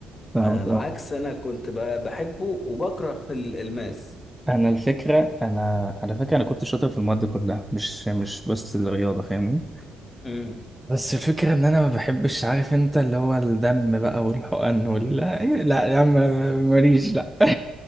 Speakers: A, in the centre; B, on the left.
A: فاهمك
B: على العكس
A: اه
B: انا كنت ب- بحبه وبكره ال- الماس
A: انا الفكرة انا على فكرة انا كنت شاطر في المواد كلها مش مش بس الرياضة فاهمني
B: امم
A: بس الفكرة ان انا ما بحبش عارف انت اللي هو الدم بقى والحقن وال لا يا عم انا ماليش لا <laughs>